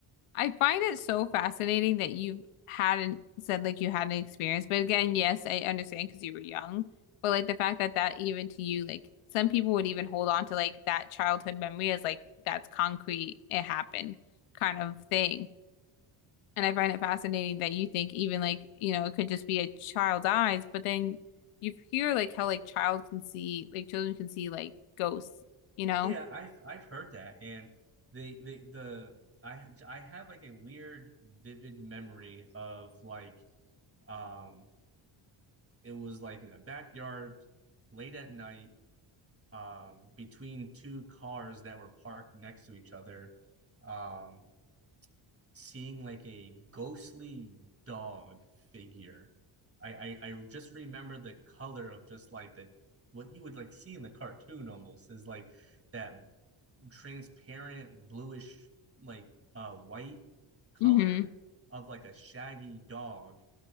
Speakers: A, on the left; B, on the right.
A: I find it so fascinating that you have hadn't said like you had an experience. But again, yes, I understand because you were young. But like the fact that that even to you, like some people would even hold on to like that childhood memory as like that's concrete, it happened kind of thing. And I find it fascinating that you think even like, you know, it could just be a child's eyes, but then you hear like how like child can see, like children can see like ghosts, you know?
B: Yeah, I've I've heard that, and the the the I I have like a weird vivid memory of like um it was like in a backyard late at night um between two cars that were parked next to each other um seeing like a ghostly dog figure. I I, I just remember the color of just like the what you would like see in the cartoon almost is like that transparent bluish like uh white color
A: hmm
B: of like a shaggy dog